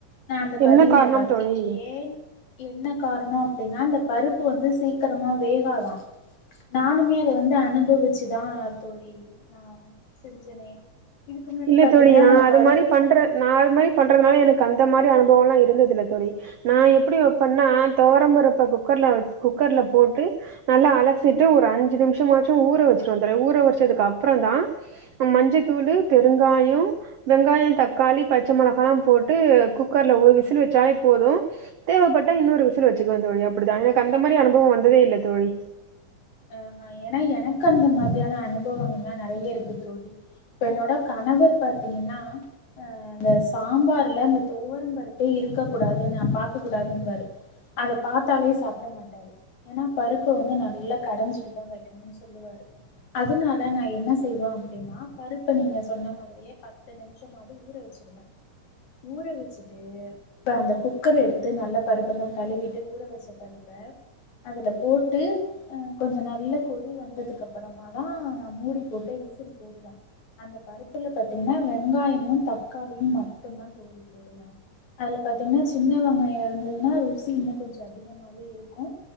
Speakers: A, on the left (about 55°); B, on the right (about 80°).
A: நா அந்த பதிவுல
B: என்ன காரணம்
A: பார்த்தே
B: தோழி
A: ஏன் என்ன காரணம் அப்படின்னா அந்த பருப்பு வந்து சீக்கிரமா வேகாதா நானுமே அத வந்து அனுபவிச்சுதா தோழி நா செஞ்சனே இதுக்கு முன்னாடி
B: இல்ல
A: பாத்தீங்கன்னா
B: தோழி நா அது
A: பருப்
B: மாரி பண்ற நான் அது மாரி பண்றதுனால எனக் கந்த மாரி அனுபவோல இருந்ததுல்ல தோழி நா எப்படி வைப்பா னா தொவரம்பரப்ப குக்க குக்கர்ல போட்டு நல்லா அலச்சிட்டு ஒரு அஞ்சு நிமிஷமாச்சு ஊற வச்ச ஊற வச்சதுக்கு அப்ரோ தா மஞ்சத்தூள் பெருங்காயம் வெங்காய தக்காளி பச்சை மிளக போட்டு குக்கர்ல ஒரு விசில் வச்சாலே போதும் தேவைப்பட்டா இன்னொரு விசில் வச்சுக்குவ தோழி அப்படிதா எனக்கு அந்த மாரி அனுபவோ வந்ததே இல்ல தோழி
A: ஹ் ஏனா எனக் அந்த மாதிரியான அனுபவங்கள்லா நறைய இருக்கு தோழி இப்ப என்னோட கணவர் பாத்தீங்கன்னா அஹ் இந்த சாம்பார்ல அந்த தோவரம் பருப்பே இருக்க கூடாது நா பார்கக்க கூடாதுன்பாரு அத பார்த்தாலே சாப்பிட மாட்டாரு ஏன்னா பருப்பு வந்து நல்லா கடைஞ்சிட்டு தா வைக்கணுனு சொல்லுவாரு அதனால நா என்ன செய்வ அப்படின்னா பருப்பை நீங்க சொன்ன மாதிரியே பத்து நிமிஷமாவது ஊற வச்சிருவ ஊற வச்சுட்டு அந்த குக்கர் எடுத்து நல்ல பருப்பெல்லா கழுவிட்டு ஊற வச்ச பருப்ப அதுல போட்டு அஹ கொஞ்சோ நல்ல கொதி வந்ததுக்கு அப்புறம தா நா மூடி போட்டு விசில் போடுவ அந்த பருப்புல பாார்த்தீங்கன்னா வெங்காயமு தக்காளியு மட்டு தா தோழி போடுவ அதுல பாார்த்தீங்கன்னா சின்னவெங்காயோ இருந்ததுன்னா ருசி இன்னு கொஞ்சோ அதிகமாவே இருக்கு